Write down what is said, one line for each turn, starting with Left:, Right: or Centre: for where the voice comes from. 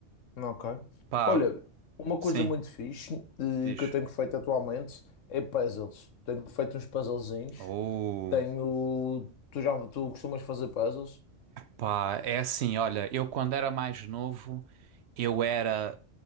Left: ok.
Right: pá,
Left: Olha, uma
Right: sim,
Left: coisa muito fixe eh,
Right: diz.
Left: que eu tenho feito atualmente é puzzles. Tenho feito uns puzzlezinhos.
Right: Oh.
Left: Tenho. Tu já tu costumas fazer puzzles?
Right: Pá, é assim, olha, eu quando era mais novo, eu era